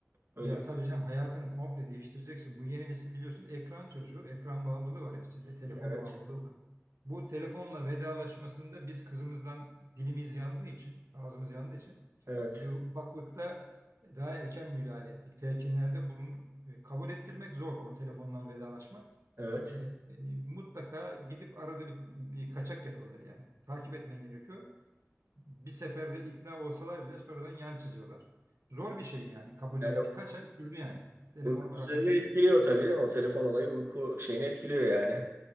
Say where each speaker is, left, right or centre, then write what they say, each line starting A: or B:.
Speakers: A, on the right (about 55°); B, on the right (about 80°).
A: Böyle
B: Ya
A: bir
B: tabii canım hayatını komple değiştireceksin. Bu yeni nesil biliyorsun ekran çocuğu. Ekran bağımlılığı var hepsinde. Telefon
A: evet.
B: bağımlılığı var. Bu telefonla vedalaşmasında biz kızımızdan dilimiz yandığı için, ağzımız yandığı için
A: Evet.
B: bu ufaklıkta daha erken müdahale ettik. Telkinlerde bulunduk. E, Kabul ettirmek zor o telefondan vedalaşmak.
A: Evet.
B: E, e, mutlaka gidip arada bir, bir kaçak yapıyorlar yani. Takip etmen gerekiyor bir seferde ikna olsalar bile sonradan yan çiziyorlar. Zor bir şey yani. Kabullendi.
A: Yani
B: Kaç ay sürdü yani. Telefonu
A: uyku düzenini
B: bırakma şeyi.
A: etkiliyor tabii değil mi? O telefon olayı uyku şeyini etkiliyor yani.